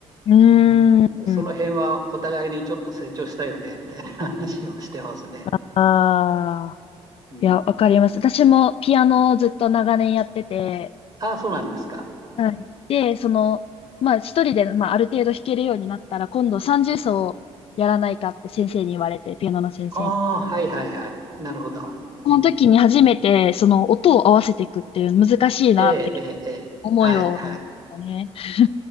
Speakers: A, on the left; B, on the right.
A: うん。
B: あの、
A: うーん。
B: その辺はお互いにちょっと成長したよね、みたいな話をしてますね。
A: ああ。
B: うん。
A: いや、わかります。私もピアノをずっと長年やってて、
B: ああ、そうなんですか。
A: はい。で、その、まあ一人で、まあ、ある程度弾けるようになったら、今度30奏をやらないかって先生に言われて、ピアノの先生に。
B: ああ、はいはいはい。なるほど。
A: その時に初めて、
B: うん。
A: その音を合わせていくっていう難しいなって
B: ええ、ええ、ええはいはい。
A: 思いを見ましたね。だか